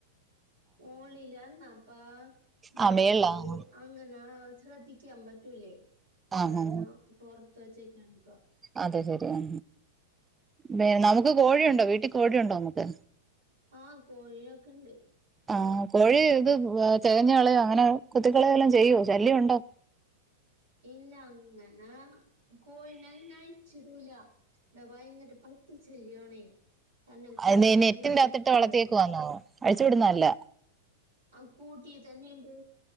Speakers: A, on the right (about 80°); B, on the right (about 15°).
A: മോളിലന്നപ്പാ മോളില്
B: ആ മേളിലാ ആ
A: അങ്ങനെ ശ്രദ്ധിക്കാൻ പറ്റൂലേ
B: ആ
A: അ അതാരണം
B: ആ,
A: പുറത്ത് വെച്ചേക്കാണ് ഇപ്പ
B: അത ശരി ആ പി നമുക്ക് കോഴിയുണ്ടോ വീട്ടിൽ കോഴിയുണ്ടോ നമുക്ക്
A: ആഹ കോഴിയൊക്കെണ്ട്
B: ആഹ കോഴി ഇത് തെകഞ്ഞ കളയോ അങ്ങനെ കുത്തിക്കളയ എല്ലാം ചെയ്യോ ശല്യംണ്ടോ
A: ഇല്ല അങ്ങനെ കോഴിനെങ്ങ അയച്ചിടൂല ഇാ ഭയങ്കര പട്ടിച്ചെല്ലോണേ തന്നെ കോഴിനെ
B: അത് നെറ്റിന്റെ
A: അങ്ങനെ അഴിക്കൂല
B: അകത്തിട്ട് വളർത്തിയേക്ക് വന്നോ അഴിച്ചു വിടുന്നല്ല
A: ആ കൂട്ടി തന്നെയുണ്ട്